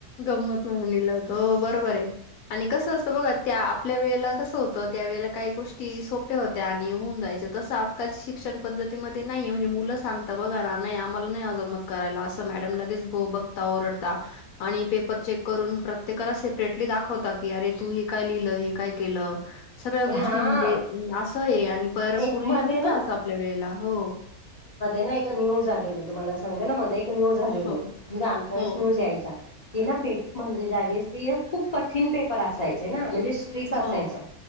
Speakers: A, on the left; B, on the left.
A: गंमत म्हणून निल होत ओ बरोबर हे आणि कसं असतं बघा त्या आपल्या वेळेला कसं होतं त्या वेळेला काही गोष्टी सोप्या होत्या आणि होऊन जायच. तस आजकालच्या शिक्षण पद्धतीमध्ये नाहीये म्हणजे मुलं सांगता बघा ना नाही आम्हाला नाही <unintelligible> करायला असं मॅडम लगेच <unintelligible> बघता ओरडता. आणि पेपर चेक करून प्रत्येकाला सेपरेटली दाखवता की अरे तू हे काय लिहिलं हे काय केलं. सगळ्या
B: हा
A: गोष्टी म्हणजे <unintelligible> असं आहे आणि पर
B: एक
A: पूर्वी
B: मध्ये
A: नव्हत
B: ना
A: असं आपल्या वेळेला हो
B: नाही ग न्यूज आलेली तुम्हाला सांगते ना मध्ये एक न्यूज आलेली
A: हो
B: म्हणजे आमच्या
A: हो
B: वेळेस न्यूज यायच्या. <unintelligible> म्हणजे ज्या वळेस <unintelligible> खूप कठीण पेपर असायचे ना म्हणजे स्ट्रिक
A: हो
B: असायचं